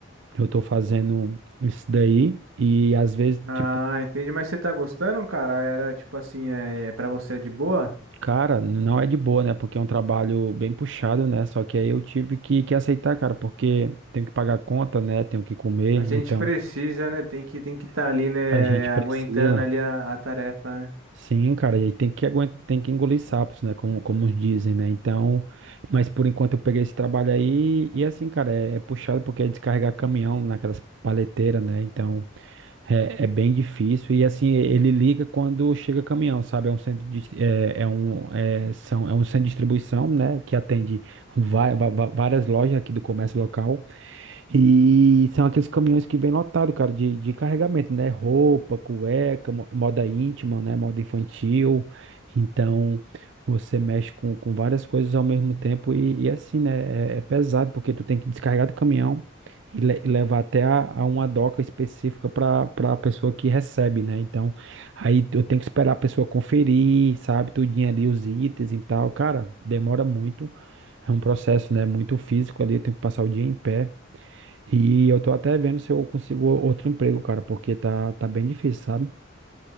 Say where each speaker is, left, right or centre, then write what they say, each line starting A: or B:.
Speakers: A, on the right; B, on the right.
A: eu tô fazendo isso daí e às vezes,
B: Ah,
A: tipo,
B: entendi. Mas você tá gostando, cara? Era tipo assim, é, é para você é de boa?
A: cara, não é de boa, né? Porque é um trabalho bem puxado, né? Só que aí eu tive que, que aceitar, cara, porque tenho que pagar a conta, né? Tenho que comer,
B: A gente
A: então
B: precisa, né? Tem que tem que estar ali, né?
A: a gente precisa.
B: Aguentando ali a, a tarefa, né?
A: Sim, cara, e tem que aguentar, tem que engolir sapos, né? Como, como dizem, né? Então, mas por enquanto eu peguei esse trabalho aí e assim, cara, é, é puxado porque é descarregar caminhão naquelas paleteiras, né? Então, é, é bem difícil e assim, ele liga quando chega caminhão, sabe? É um centro de, dist- é, é um, é, são, é um centro de distribuição, né? Que atende vai- va- va- várias lojas aqui do comércio local. E são aqueles caminhões que vêm lotado, cara, de, de carregamento, né? Roupa, cueca, mo- moda íntima, né? Moda infantil. Então, você mexe com, com várias coisas ao mesmo tempo e, e assim, né? É, é pesado, porque tu tem que descarregar do caminhão e, le- e levar até a, a uma doca específica para para a pessoa que recebe, né? Então, aí eu tenho que esperar a pessoa conferir, sabe? Tudinho ali, os itens e tal. Cara, demora muito. É um processo, né? Muito físico ali, eu tenho que passar o dia em pé. E eu tô até vendo se eu consigo outro emprego, cara, porque tá, tá bem difícil, sabe?